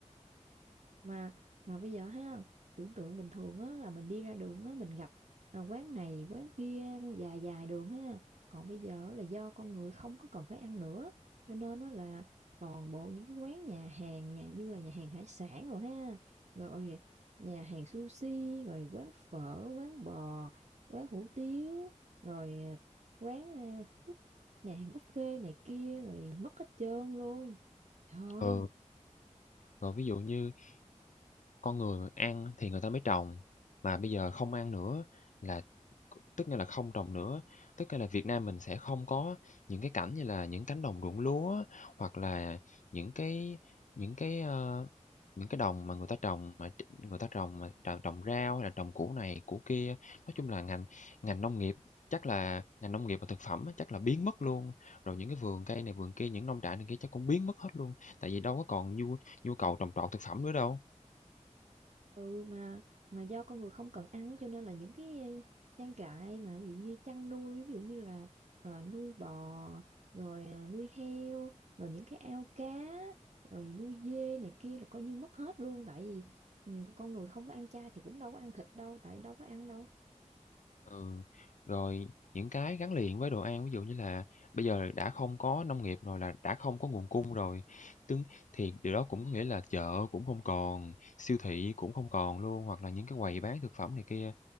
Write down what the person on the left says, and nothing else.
Ừ, rồi ví dụ như Con người ăn thì người ta mới trồng, mà bây giờ không ăn nữa là tức nghĩa là không trồng nữa. Tức nghĩa là Việt Nam mình sẽ không có những cái cảnh như là những cánh đồng ruộng lúa, hoặc là những cái những cái, ơ, những cái đồng mà người ta trồng mà tr người ta trồng mà tr trồng rau hay là trồng củ này củ kia. Nói chung là ngành ngành nông nghiệp chắc là ngành nông nghiệp và thực phẩm á, chắc là biến mất luôn, rồi những cái vườn cây này vườn kia, những nông trại này kia chắc cũng biến mất hết luôn, tại vì đâu có còn nhu nhu cầu trồng trọt thực phẩm nữa đâu.
Ừ, rồi những cái gắn liền với đồ ăn, ví dụ như là bây giờ đã không có nông nghiệp rồi là đã không có nguồn cung rồi, tương thì điều đó cũng có nghĩa là chợ cũng không còn, siêu thị cũng không còn luôn, hoặc là những cái quầy bán thực phẩm này kia